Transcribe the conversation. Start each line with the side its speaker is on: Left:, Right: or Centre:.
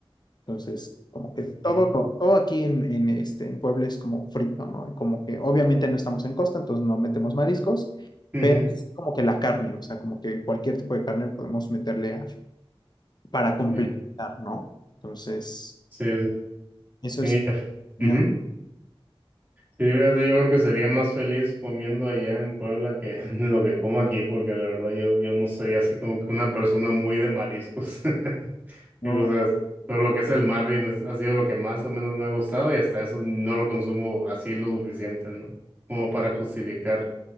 Left: Entonces, como que
Right: ok.
Left: todo lo- todo aquí en, en, este, en Puebla es como frito, ¿no? Y como que obviamente no estamos en costa, entonces no metemos mariscos,
Right: Ujú,
Left: pero es como que la carne, o sea, como que cualquier tipo de carne podemos meterle a- para complementar,
Right: eh,
Left: ¿no? Entonces,
Right: sí,
Left: eso
Right: sí.
Left: es... tenemos,
Right: Y, ujú. Sí, fíjate, yo creo que sería más feliz comiendo allá en Puebla que <laughs> lo que como aquí, porque la verdad yo, yo no soy así como que una persona muy de mariscos. <laughs>
Left: No,
Right: Digo, O sea, todo lo que es el mar y es- ha sido lo que más o menos me ha gustado y hasta eso no lo consumo así lo suficiente, ¿no? Como para justificar